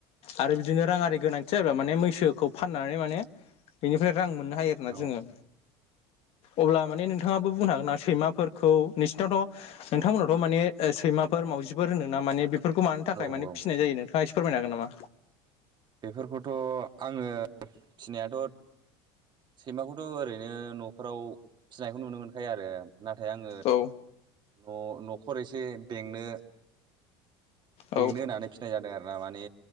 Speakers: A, on the left; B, on the right.
A: आरो बिदिनो राङारि गोनांथि जायोबा माने मैसोखौ फाननानै माने बेनिफ्राय रां मोनो मोननो हायो आरोना
B: औ
A: जोङो अब्ला माने नोंथाङाबो बुंनो हागोन सैमाफोरखौ नोंसिनावथ' नोंथांमोनावथ' माने सैमाफोर मावजिफोर होनदोंना माने बेफोरफोरखौ मानो थाखाय
B: औ
A: माने
B: औ
A: फिसिनाय जायो नोंथाङा एसे फोरमायनो हागोन नामा?
B: बेफोरखौथ' आङो फिनायाथ' सैमाखौथ' ओरैनो न'फोराव फिसिनायखौ नुनो मोनखायो आरो नाथाय आङो
A: औ
B: न' न'खर एसे बेंनो बेंनो
A: औ
B: होननानै फिनाय जादों आरोना माने